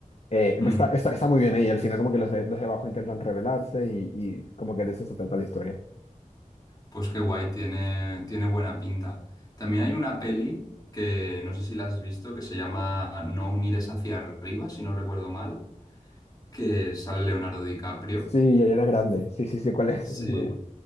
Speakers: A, on the left (about 50°); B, on the left (about 25°).
A: Eh,
B: Mm.
A: está, está, está muy bien ahí, al final como que los de, los de abajo intentan rebelarse y, y como que de eso se trata la historia.
B: Pues qué guay, tiene, tiene buena pinta. También hay una peli que no sé si la has visto, que se llama No mires hacia arriba, si no recuerdo mal, que sale Leonardo DiCaprio.
A: Sí, ya era grande. Sí, sí, sí, cuál es.
B: Sí.
A: Es muy buena.